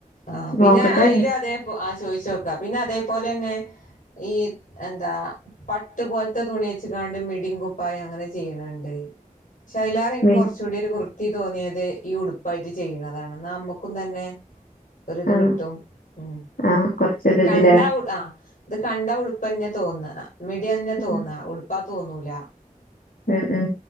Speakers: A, on the left; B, on the left.
A: ആഹ് പിന്നെ
B: നോക്കട്ടെ
A: അയില് അതെ പ്പൊ ആ ചോയിചോക്കാ പിന്നെ അതേപോലെന്നെ ഈ എന്താ പട്ട് പോലത്തെ തുണി വെച്ക്കാണ്ട് മിടിം കുപ്പായം അങ്ങനെ ചെയ്യ്ണേണ്ട് ഷേ അയ്ലേറെ ഇൻക്ക്
B: മിഡി
A: കൊറ്ചൂടി ഒരു വൃത്തി തോന്നിയത് ഈ ഉടുപ്പായിട്ട് ചെയ്യ്ണതാണ് ന്നാ അമ്മക്കും തന്നെ ഒര്ത്
B: ആഹ്
A: കിട്ടും ഉം
B: ആഹ് കൊറച്ചൊരു
A: ഇത് കണ്ടാ
B: ഇതിലേ
A: ഉം ആഹ് ഇത് കണ്ടാ ഉടുപ്പന്നെ തോന്ന മിടിന്നെ
B: ഉം
A: തോന്നാ ഉടുപ്പാ തോന്നൂല
B: എ ഏ